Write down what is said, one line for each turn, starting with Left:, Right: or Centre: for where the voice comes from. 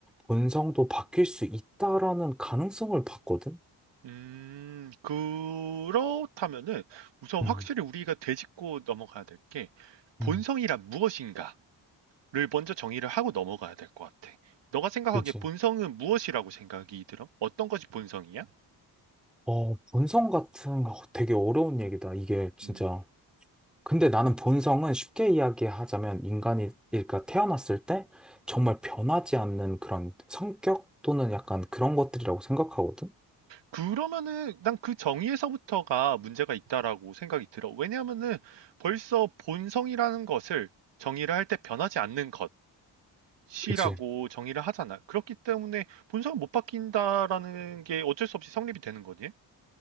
Centre: 본성도 바뀔 수 있다라는 가능성을 봤거든.
Right: 음, 그렇다면은 우선
Centre: 음,
Right: 확실히 우리가 되짚고 넘어가야 될 게 본성이란
Centre: 음,
Right: 무엇인가? 를 먼저 정의를 하고 넘어가야 될 것 같아. 너가 생각하기에
Centre: 그지.
Right: 본성은 무엇이라고 생각이 들어? 어떤 것이 본성이야?
Centre: 어, 본성 같은 거 되게 어려운 얘기다. 이게 진짜.
Right: 음.
Centre: 근데 나는 본성은 쉽게 이야기하자면 인간이, 그러니까 태어났을 때 정말 변하지 않는 그런 성격 또는 약간 그런 것들이라고 생각하거든?
Right: 그러면은 난 그 정의에서부터가 문제가 있다라고 생각이 들어. 왜냐하면은 벌써 본성이라는 것을 정의를 할 때 변하지 않는 것이라고
Centre: 그치?
Right: 정의를 하잖아. 그렇기 때문에 본성은 못 바뀐다라는 게 어쩔 수 없이 성립이 되는 거지.